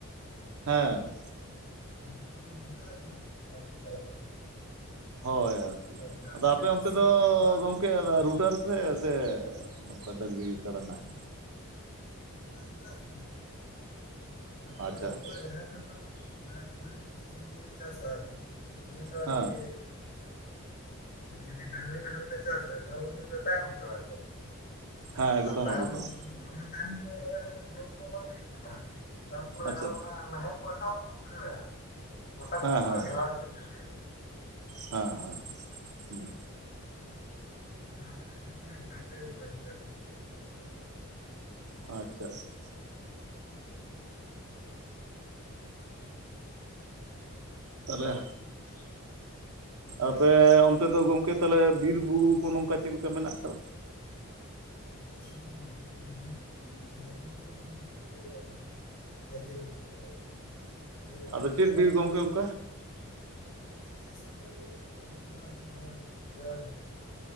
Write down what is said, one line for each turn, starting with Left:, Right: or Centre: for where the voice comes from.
Right: ᱦᱮᱸ
Left: ᱱᱤᱛᱚᱜ ᱫᱚ ᱨᱩᱴᱟᱨ ᱨᱮᱱᱟᱜ ᱟᱨᱠᱤ ᱪᱟᱞᱟᱜ ᱠᱟᱱᱟ᱾
Right: ᱦᱳᱭ
Left: ᱨᱩᱴᱟᱨ
Right: ᱟᱫᱚ
Left: ᱛᱮᱜᱮ
Right: ᱟᱯᱮ
Left: ᱠᱚ
Right: ᱚᱱᱛᱮ
Left: ᱥᱤᱭᱮᱫᱟ
Right: ᱫᱚ
Left: ᱯᱟᱲᱟᱜ ᱫᱟᱠᱚ
Right: ᱜᱚᱝᱠᱮ
Left: ᱯᱟᱴᱱᱟᱭ
Right: ᱨᱩᱴᱟᱨ
Left: ᱫᱟᱠᱚ ᱞᱚᱥᱚᱫ
Right: ᱛᱮ
Left: ᱫᱟᱠᱚ
Right: ᱥᱮ ᱱᱚᱝᱠᱟ ᱰᱟᱹᱝᱨᱤ? ᱠᱟᱲᱟ ᱱᱟᱦᱮᱞ
Left: ᱚᱱᱟ ᱨᱩᱴᱟ ᱛᱮᱜᱮ ᱟᱫᱚ
Right: ᱟᱪᱪᱷᱟ
Left: ᱮᱨᱯᱚᱨᱮ
Right: ᱟᱪᱪᱷᱟ
Left: ᱡᱟᱦᱟᱸᱭ ᱦᱚᱸᱛᱚ ᱦᱮᱸ ᱠᱩᱲᱤ ᱯᱩᱪᱤᱥ ᱵᱤᱜᱮ ᱪᱟᱥᱟ ᱟᱨᱠᱤ ᱩᱱᱤ ᱫᱚ ᱟᱨᱠᱤ
Right: ᱦᱮᱸ
Left: ᱡᱩᱫᱤ ᱰᱟᱝᱨᱤ ᱱᱟᱦᱮᱞ ᱛᱮ ᱪᱟᱥᱟ ᱛᱟᱦᱚᱞᱮ ᱩᱱᱤ ᱫᱚ ᱛᱟᱭᱚᱢ ᱦᱚᱪᱚᱣᱟᱭ ᱛᱚ
Right: ᱦᱮᱸ ᱮᱠᱫᱚᱢ
Left: ᱟᱨ ᱛᱟᱭᱚᱢ
Right: ᱮᱠᱫᱚᱢ
Left: ᱫᱚᱢᱮ ᱛᱟᱭᱚᱢ ᱛᱚ ᱨᱚᱦᱚᱭ ᱞᱮᱠᱟᱱ ᱦᱩᱲᱩ ᱠᱚᱦᱚᱸ ᱵᱟᱝ ᱦᱩᱭᱩᱜ ᱠᱟᱱᱟ ᱛᱟᱨᱯᱚᱨᱮ
Right: ᱟᱪᱪᱷᱟ
Left: ᱟᱨᱚ ᱚᱱᱟ ᱱᱟᱦᱮᱞ ᱠᱚ <unintelligible> ᱠᱷᱟᱹᱲᱟ ᱜᱚᱴᱟ ᱠᱚᱛᱚ
Right: ᱦᱮᱸ
Left: ᱠᱚ
Right: ᱦᱮᱸ
Left: ᱜᱷᱮᱨᱟᱣ ᱮᱥᱮᱜ ᱞᱮ ᱞᱟᱹᱭᱟ᱾
Right: ᱦᱮᱸ ᱦᱮᱸ᱾
Left: ᱦᱮᱸ ᱟᱫᱚ ᱚᱱᱟ ᱛᱮᱫᱚ ᱡᱚᱛᱚ ᱜᱮ ᱨᱩᱴᱟᱨ ᱛᱮᱜᱮᱠᱚ ᱪᱟᱥ ᱮᱫᱟ ᱮᱠᱷᱚᱱ <unintelligible>
Right: ᱟᱪᱪᱷᱟ ᱟᱪᱪᱷᱟ᱾ ᱛᱟᱞᱦᱮ
Left: ᱛᱟᱞᱮ
Right: ᱟᱯᱮ ᱚᱱᱛᱮ ᱫᱚ ᱜᱚᱝᱠᱮ ᱛᱟᱦᱚᱞᱮ ᱵᱤᱨ ᱵᱩᱨᱩ ᱠᱚ ᱱᱚᱝᱠᱟ ᱪᱮᱫᱞᱮᱠᱟ ᱢᱮᱱᱟᱜ ᱟᱠᱟᱫᱟ?
Left: ᱢᱮᱱᱟᱜ ᱠᱟᱫᱟ ᱦᱮ ᱵᱩᱨᱩ ᱠᱚᱫᱚ ᱵᱟᱹᱱᱩᱜ ᱠᱟᱫᱟ ᱠᱤᱱᱛᱩ ᱚᱱᱟ ᱵᱤᱨ ᱠᱚᱫᱚ- ᱜᱟᱹᱡᱮ ᱢᱮᱱᱟᱜ ᱟᱠᱟᱫᱟ ᱟᱨᱠᱤ ᱢᱟᱱᱮ
Right: ᱟᱫᱚ ᱪᱮᱫ
Left: ᱚᱲᱟᱜ
Right: ᱵᱤᱨ
Left: ᱠᱷᱚᱱᱟᱜ
Right: ᱜᱚᱝᱠᱮ ᱚᱱᱠᱟ
Left: <unintelligible> ᱱᱚᱝᱠᱟ ᱤᱭᱟᱹ ᱥᱟᱨᱡᱚᱢ ᱵᱤᱨ ᱠᱚ ᱢᱮᱱᱟᱜ ᱟᱠᱟᱫᱟ ᱟᱨᱠᱤ ᱱᱚᱣᱟ ᱵᱚᱲᱚ ᱡᱟᱦᱟᱸᱭ